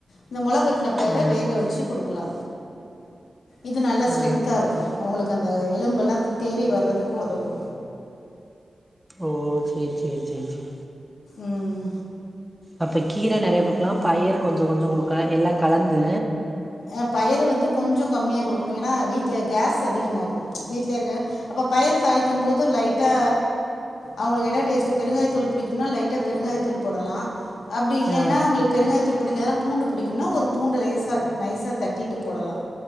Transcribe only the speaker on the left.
இந்த மொல கொட் ட்ன பயிர
வேக வச்சு குடுக்கலா இது நல்ல ஸ்ட்ரெத்தா
இருக்கு அவங்களுக்கு அந்த எலும்பு எல்லா தேறி வர்றதுக்கு உதவு
உம்
அ பயரு வந்து கொஞ்ச கம்மியா குடுக்கணு ஏன்னா வீட்ல கேஸ் அதிகமாகு வீட்லேயிருக்க அப்போ பயிறு தாலிக்கும் போது லைட்டா அவங்களுக்கு என்ன டேஸ்ட்டு பெருங்காய தூள் புடிக்குனா லைட்டா பெருங்காய தூள் போடலா இல்லைன்னா
அவுங்களுக்கு பெருங்காயத்து பிடிக்காதுனா பூண்டு பிடிக்கும்னா ஒரு பூண்டு லேசா நைசா தட்டிட்டு போடலாம்